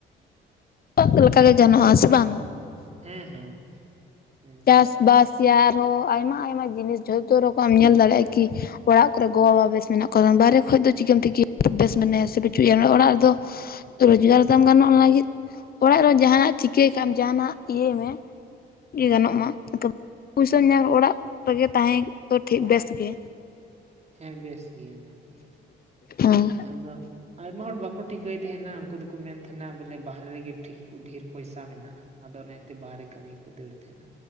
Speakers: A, on the left (about 50°); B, on the right (about 35°).
A: ᱛᱚᱣᱟᱜ ᱞᱮᱠᱟ ᱜᱮ ᱜᱟᱱᱚᱜ-ᱟ ᱥᱮ ᱵᱟᱝ᱾
B: ᱦᱮᱸ ᱦᱮᱸ᱾ ᱦᱮᱸ
A: ᱪᱟᱥᱼᱼ ᱵᱟᱥ ᱭᱟ ᱟᱨᱦᱚᱸ ᱟᱭᱢᱟ ᱟᱭᱢᱟ ᱡᱤᱱᱤᱥ ᱡᱷᱚᱛᱚ ᱨᱚᱠᱚᱢ ᱧᱮᱞ ᱫᱟᱲᱮᱭᱟᱜ-ᱟ ᱠᱤ ᱚᱲᱟᱜ ᱠᱚᱨᱮ ᱜᱚ ᱵᱟᱵᱟ ᱵᱮᱥ ᱢᱮᱱᱟᱜᱼᱼ ᱠᱚᱨᱚᱱ ᱵᱟᱦᱨᱮ ᱠᱷᱚᱡ ᱫᱚ ᱪᱤᱠᱟᱹᱢ ᱴᱷᱤᱠᱟᱹᱭᱟ ᱵᱮᱥ ᱢᱮᱱᱟᱭᱟ ᱥᱮ ᱵᱟᱹᱪᱩᱜ ᱮᱭᱟ ᱱᱚᱸᱰᱮ ᱚᱲᱟᱜ ᱨᱮᱫᱚᱼᱼ ᱨᱳᱡᱽᱜᱟᱨ ᱫᱟᱢ ᱜᱟᱱᱚᱜ-ᱟ ᱚᱱᱟ ᱞᱟᱹᱜᱤᱫ ᱚᱲᱟᱜ ᱨᱮ ᱡᱟᱦᱟᱸ ᱱᱟᱜ ᱪᱤᱠᱟᱹᱭ ᱠᱷᱟᱡ ᱮᱢ ᱡᱟᱦᱟᱸ ᱱᱟᱜ ᱤᱭᱟᱹᱭ ᱢᱮ᱾ ᱤᱭᱟᱹ ᱜᱟᱱᱚᱜ ᱢᱟ ᱚᱱᱠᱟ ᱯᱩᱭᱥᱟᱹ ᱧᱟᱢ ᱚᱲᱟᱜ ᱨᱮᱜᱮ ᱛᱟᱦᱮᱸ ᱫᱚ ᱴᱷᱤᱠ ᱵᱮᱥ ᱜᱮ᱾
B: ᱦᱮᱸ ᱵᱮᱥ ᱜᱤᱭᱟ ᱚᱱᱟ ᱜᱤ
A: ᱦᱮᱸ
B: ᱟᱫᱚᱼᱼ ᱟᱭᱢᱟ ᱦᱚᱲ ᱵᱟᱠᱚ ᱴᱷᱤᱠᱟᱹᱭ ᱛᱟᱦᱮᱱᱟ ᱩᱱᱠᱩ ᱫᱩᱠᱩ ᱢᱮᱱ ᱛᱷᱮᱱᱟ ᱵᱚᱞᱮ ᱵᱟᱨᱦᱨᱮ ᱨᱮᱜᱤ ᱴᱷᱤᱠ ᱰᱷᱤᱨ ᱯᱚᱭᱥᱟ ᱢᱤᱱᱟᱜ-ᱟ ᱟᱫᱚ ᱚᱱᱮᱼᱼ ᱛᱮ ᱵᱟᱨᱦᱨᱮ ᱠᱟᱹᱢᱤ ᱠᱚ ᱫᱟᱹᱲ ᱛᱟᱦᱮᱱᱟ